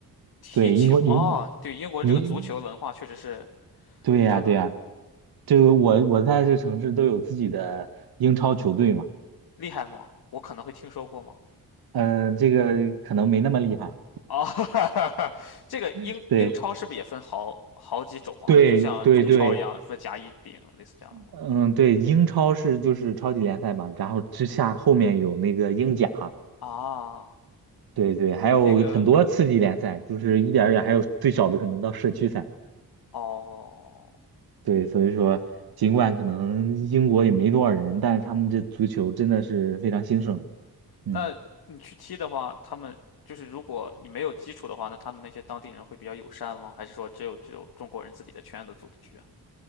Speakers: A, on the left (about 70°); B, on the right (about 75°).
A: 踢球，
B: 对，英国，你
A: 哦，对，英国这个足球文化确实是
B: 你对呀对呀，
A: 比较的
B: 这个我我在这城市都有自己的英超球队嘛，
A: 厉害吗？我可能会听说过吗？
B: 嗯、这个可能没那么厉害，
A: 哦，<laughs> 这个英英超是不是也分好好几种啊？
B: 对对对对，
A: 就像中超一样分甲乙丙，类似这样的吗？
B: 嗯对，英超是就是超级联赛嘛，然后之下后面有那个英甲，
A: 啊，
B: 对对，还有很多次级联赛，
A: 这个
B: 就是一点儿一点儿，还有最小的可能到社区赛，
A: 哦，
B: 对，所以说尽管可能英国也没多少人，但是他们这足球真的是非常兴盛，嗯。
A: 那你去踢的话，他们就是如果你没有基础的话，那他们那些当地人会比较友善吗？还是说只有只有中国人自己的圈子组的局啊？